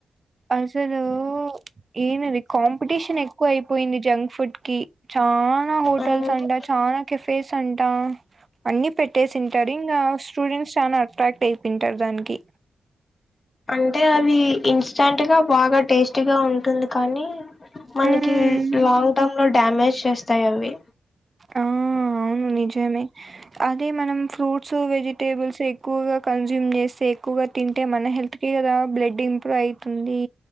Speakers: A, on the right (about 35°); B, on the left (about 40°).
A: అసలు ఈనది కాంపిటీషన్ ఎక్కువ అయిపోయింది జంక్ ఫుడ్ కి చాల హోటల్స్
B: అవును
A: అంట చాల కే ఫేస్ అంటా అన్ని పెట్టేసింటారు ఇంకా స్టూడెంట్స్ చానా అట్రాక్ట్ అయి తింటారు దానికి
B: అంటే అవి ఇన్స్టంట్ గా బాగా టేస్ట్ టిగా ఉంటుంది కానీ మనకి
A: హ్మ్.
B: లాంగ్ టర్మ్ లో డామేజ్ విశేస్తాయావి
A: ఆ అవును నిజమే అదే మనం ఫ్రూట్స్ వెజిటేబుల్స్ ఎక్కువగా కన్సూమ్ చేస్తే ఎక్కువగా తింటే మన హెల్త్ కే కదా బ్లడ్ ఇంప్రూవ్ అయితుంది